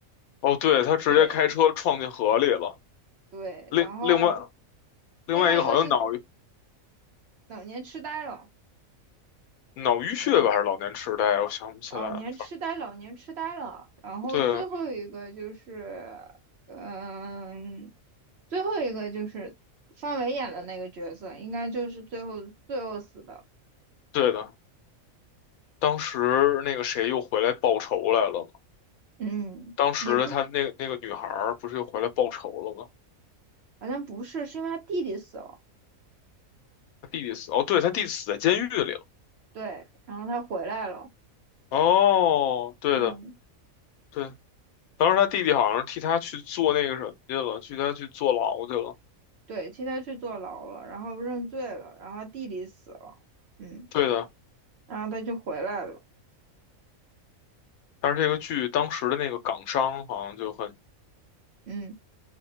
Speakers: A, on the left (about 85°); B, on the right (about 60°).
A: 哦，对，他直接开车撞进河里了。
B: 对对，
A: 另另外
B: 然后
A: 另外一个好像脑
B: 另外一个是老年痴呆了。
A: 脑淤血吧，
B: 对。
A: 还是老年痴呆？我想不起来了。
B: 老年痴呆，老年痴呆了。然后最后一个就是，
A: 对，
B: 嗯，最后一个就是范伟演的那个角色，应该就是最后最后死的。
A: 对的，当时那个谁又回来报仇来了嘛？
B: 嗯，
A: 当时他那个那个女孩儿不是又回来报仇了吗？
B: 也不，好像不是，是因为他弟弟死了。
A: 他弟弟死，哦，对，他弟弟死在监狱里了。
B: 对，然后他回来了。
A: 哦，对的，
B: 嗯，
A: 对，当时他弟弟好像是替他去做那个什么去了，替他去坐牢去了。
B: 对，替他去坐牢了，然后认罪了，然后他弟弟死了。嗯，
A: 对的，
B: 然后他就回来了。
A: 但是这个剧当时的那个港商好像就很
B: 嗯。